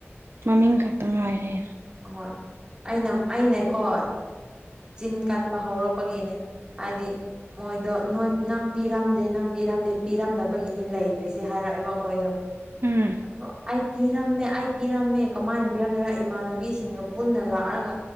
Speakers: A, on the right; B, on the right.
A: ꯃꯃꯤꯡ ꯈꯛꯇ ꯉꯥꯏꯔꯦ
B: ꯑꯣꯏ ꯑꯩꯅ ꯑꯅꯦꯀꯣ ꯆꯤꯟ ꯀꯟꯕ ꯍꯧꯔꯛꯄꯒꯤꯅꯦ ꯍꯥꯏꯗꯤ ꯃꯣꯏꯗꯣ ꯅꯣꯏ ꯅꯪ ꯄꯤꯔꯝꯗꯦ ꯅꯪ ꯄꯤꯔꯝꯗꯦ ꯄꯤꯔꯝꯗꯕꯒꯤꯅꯤ ꯂꯩꯗ꯭ꯔꯤꯁꯦ ꯍꯥꯏꯔꯛꯑꯦꯕ ꯃꯣꯏꯗꯣ
A: ꯎꯝ
B: ꯑ ꯑꯩ ꯄꯤꯔꯝꯃꯦ ꯑꯩ ꯄꯤꯔꯝꯃꯦ ꯀꯃꯥꯏꯅ ꯄꯤꯔꯝꯗꯣꯏꯅ ꯏꯃꯥꯟꯅꯕꯤ ꯁꯤꯡꯒ ꯄꯨꯟꯅ ꯂꯥꯛꯑꯒ